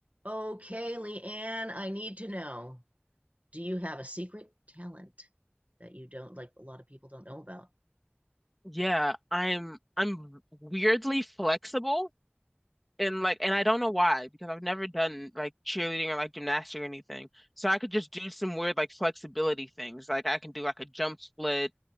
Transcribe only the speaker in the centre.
Yeah, I'm I'm weirdly flexible and like and I don't know why because I've never done like cheerleading or like gymnastics or anything. So I could just do some weird like flexibility things. Like I can do like a jump split